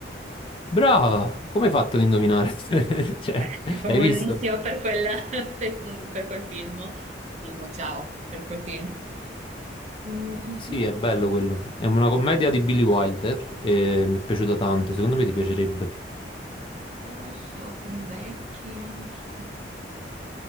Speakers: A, on the left; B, on the right.
A: Brava! Come hai fatto ad indovinare? <laughs> Cioè,
B: Beh, <laughs> è famosissima
A: l'hai visto?
B: per quella, <laughs> per, per quel film. Film, ciao, per quel film. Mm, mm,
A: Sì,
B: mm,
A: è bello quello. È una commedia di Billy Wilder e mi è piaciuta tanto. Secondo me ti piacerebbe.
B: non lo so, film vecchi, non so.